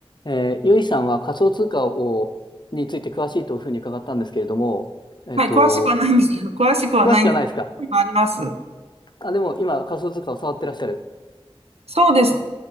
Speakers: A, on the left; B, on the right.
A: えー、ゆいさんは仮想通貨を、について詳しいというふうに伺ったんですけれども、えっと、
B: はい、詳しくはないんですけど、詳しくはないんですけど、
A: 詳しくはないですか
B: あります。
A: あ、でも今仮想通貨を触ってらっしゃる。
B: そうです。